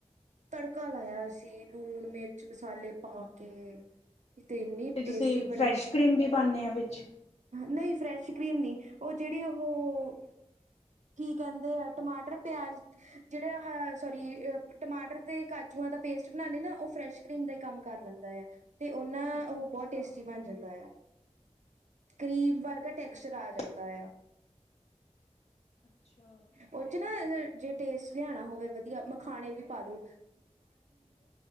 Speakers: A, on the right; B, on the left.
A: ਤੜਕਾ ਲਾਇਆ ਸੀ ਲੂਣ ਮਿਰਚ ਮਸਾਲੇ ਪਾ ਕੇ ਤੇ ਇੰਨੀ
B: ਤੁਸੀਂ
A: ਟੇਸਟੀ ਬਣੀ
B: ਫਰੈਸ਼
A: ਨੇ
B: ਕਰੀਮ ਵੀ ਪਾਉਂਦੇ ਆ ਵਿੱਚ?
A: ਨਹੀਂ ਫਰੈਸ਼ ਕਰੀਮ ਨ ਉਹ ਜਿਹੜੀ ਉਹ ਕੀ ਕਹਿੰਦੇ ਆ ਟਮਾਟਰ ਪਿਆਜ ਜਿਹੜੇ ਸੋਰੀ ਟਮਾਟਰ ਦੇ ਕਾਜੂਆਂ ਦਾ ਪੇਸਟ ਬਣਾਉਦੇ ਨਾ ਉਹ ਫਰੈਸ਼ ਕਰੀਮ ਦਾ ਹੀ ਕੰਮ ਕਰ ਲੈਂਦਾ ਤੇ ਉਹਨਾਂ
B: ਅੱਛਾ,
A: ਉਹ
B: ਅੱਛਾ
A: ਬਹੁਤ ਟੇਸਟੀ ਬਣ ਜਾਂਦਾ ਆ ਕਰੀਮ ਵਰਗ ਟੈਕਸਚਰ
B: ਠੀਕ
A: ਆ
B: ਹੈ
A: ਜਾਂਦਾ ਆ
B: ਅੱਛਾ
A: ਉਹ ਚ ਨਾ ਜੇ ਟਸਟ ਮੱਖਾਣਾ ਹੋਵੇ ਵਧੀਆ ਮਖਾਣੇ ਵੀ ਪਾਲੋ